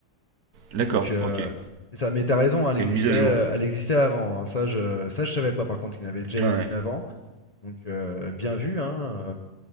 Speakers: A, on the right; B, on the left.
A: D'accord,
B: Donc, euh,
A: ok. Il
B: c'est ça. Mais t'as raison, hein, elle
A: y
B: existait,
A: a une mise à jour.
B: elle existait avant. hein. Ça, je, ça, je savais pas, par contre, qu'il y en avait déjà
A: Ouais.
B: eu une avant. Donc, euh, bien vu, hein.